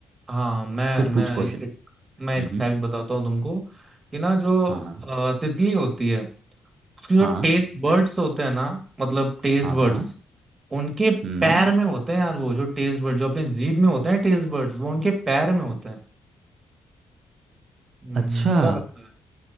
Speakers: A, on the right; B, on the right.
A: हाँ मैं
B: कुछ
A: मैं
B: पूछ हम्म। क्वेश्चन
A: एक मैं
B: हम्म
A: एक फैक्ट
B: हम्म।
A: बताता हूँ तुमको कि ना जो
B: हाँ हाँ
A: अ, तितली होती है उसके जो
B: हाँ
A: टेस्ट बर्ड्स होते हैं ना मतलब टेस्ट
B: हाँ
A: बर्ड्स
B: हाँ
A: उनके
B: हम्म
A: पैर में होते हैं यार वो जो टेस्ट बर्ड जो अपने जीभ में होते हैं टेस्ट बर्ड्स वो उनके पैर में होते हैं हम्म
B: अच्छा
A: क्या लगता